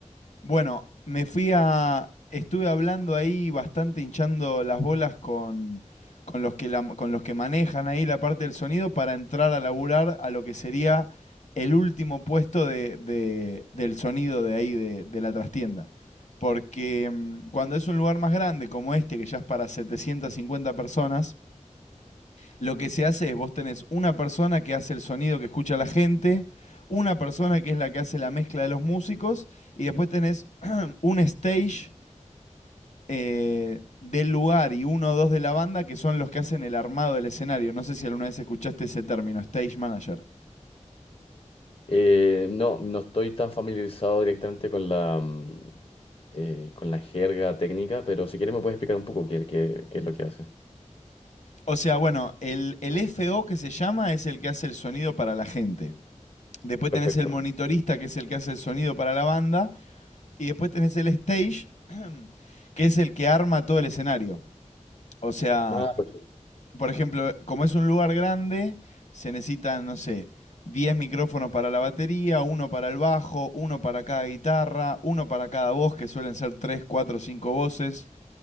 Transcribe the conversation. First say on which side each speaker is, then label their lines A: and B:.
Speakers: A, on the left (about 65°); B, on the left (about 45°).
A: Bueno, me fui a... Estuve hablando ahí bastante hinchando las bolas con, con los que la- con los que manejan ahí la parte del sonido para entrar a laburar a lo que sería el último puesto de, de- del sonido de ahí, de, de la trastienda. Porque mm, cuando es un lugar más grande como este, que ya es para 750 personas, Lo que se hace es vos tenés una persona que hace el sonido que escucha la gente, una persona que es la que hace la mezcla de los músicos y después tenés <clears throat> <coughs> un stage eh, del lugar y uno o dos de la banda que son los que hacen el armado del escenario. No sé si alguna vez escuchaste ese término, stage manager.
B: Eh, no, no estoy tan familiarizado directamente con la, mm, eh, con la jerga técnica, pero si quieres me puedes explicar un poco qué, qué- qué es lo que hace.
A: O sea, bueno, el, el FO que se llama es el que hace el sonido para la gente. Después
B: Perfecto.
A: tenés el monitorista, que es el que hace el sonido para la banda. Y después tenés el stage, <clears throat> <coughs> que es el que arma todo el escenario. O sea,
B: Ah, perfecto.
A: por ejemplo, como es un lugar grande, se necesitan, no sé, 10 micrófonos para la batería, uno para el bajo, uno para cada guitarra, uno para cada voz, que suelen ser 3, 4, 5 voces.